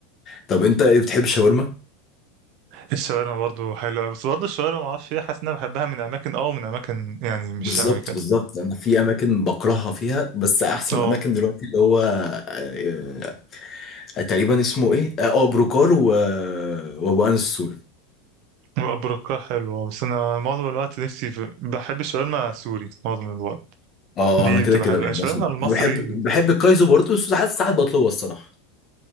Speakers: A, on the left; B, on the right.
A: طب أنت إيه بتحب الشاورما؟
B: الشاورما برضو حلوه أوي، بس برضو الشاورما ما اعرفش ليه حاسس ان انا بحبها من اماكن اه ومن اماكن يعني مش
A: بالظبط
B: قوي كده
A: بالظبط انا في اماكن بكرهها فيها بس احسن
B: اه
A: اماكن دلوقتي اللي هو آه، آه، تقريبا اسمه ايه اه آه، بروكار و... وابو انس السوري
B: البركه حلوه بس انا معظم الوقت نفسي في... بحب الشاورما سوري معظم الوقت
A: اه
B: دي
A: آه، انا كده
B: بتبقى
A: كده
B: حلوه
A: بحبها
B: الشاورما
A: سوري
B: المصري
A: انا بحب بحب الكايزو برضه بس ساعات ساعات بطلبها الصراحه